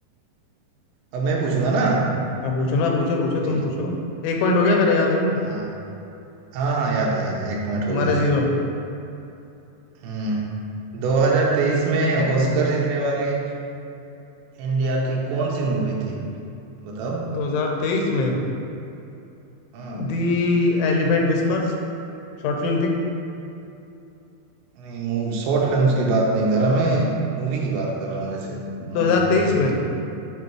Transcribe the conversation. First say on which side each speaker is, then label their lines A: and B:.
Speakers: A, on the right (about 80°); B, on the left (about 80°).
A: अब मैं पूछूंगा ना
B: हाँ पूछो ना पूछो पूछो तुम
A: ठीक
B: पूछो
A: है
B: एक पॉइंट हो गया मेरा याद रखना
A: हाँ हाँ हाँ याद है याद है एक पॉइंट
B: तुम्हारा
A: हो गया तुम्हारा
B: जीरो
A: हम्म 2023 में ऑस्कर जीतने वाली इंडिया की कौन सी मूवी थी बताओ
B: दो हजार तेईस में
A: हाँ
B: the elephant whispers short film थी
A: नहीं मूवी शॉर्ट फिल्म्स की बात नहीं कर रहा मैं मूवी की बात कर रहा हूँ वैसे नॉर्मल
B: 2023
A: मूवी की
B: में
A: बात कर